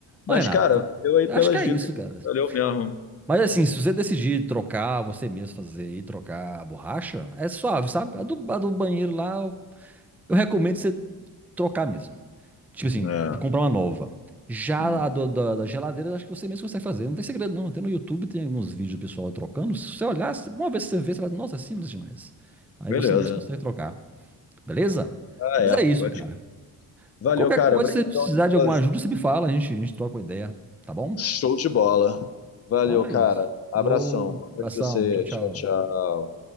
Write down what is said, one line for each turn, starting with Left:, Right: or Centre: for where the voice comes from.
Left: Mas,
Centre: Ô, Renato,
Left: cara, valeu aí
Centre: acho
Left: pelas
Centre: que é
Left: dicas.
Centre: isso, cara.
Left: Valeu mesmo.
Centre: Mas assim, se você decidir trocar, você mesmo fazer e trocar a borracha, é suave, sabe? A do, a do banheiro lá, eu, eu recomendo você trocar mesmo. Tipo assim,
Left: É.
Centre: comprar uma nova. Já
Left: Hum.
Centre: a do- da, da geladeira, acho que você mesmo consegue fazer. Não tem segredo, não. Até no YouTube tem alguns vídeos do pessoal trocando. Se você olhar, se- uma vez que você vê, você vai, nossa, é simples demais. Aí
Left: Beleza.
Centre: você mesmo consegue trocar, beleza?
Left: Ah,
Centre: Mas
Left: é.
Centre: é isso,
Left: Pode.
Centre: cara.
Left: Valeu,
Centre: Qualquer
Left: cara.
Centre: coisa,
Left: Obrigadão
Centre: se você precisar
Left: aí pela
Centre: de alguma
Left: ajuda.
Centre: ajuda, você me fala, a gente, a gente troca uma ideia, tá bom?
Left: Show de bola. Valeu,
Centre: Então é
Left: cara.
Centre: isso.
Left: Abração.
Centre: Falou,
Left: Boa
Centre: abração,
Left: noite pra você.
Centre: tchau, tchau.
Left: Tchau, tchau.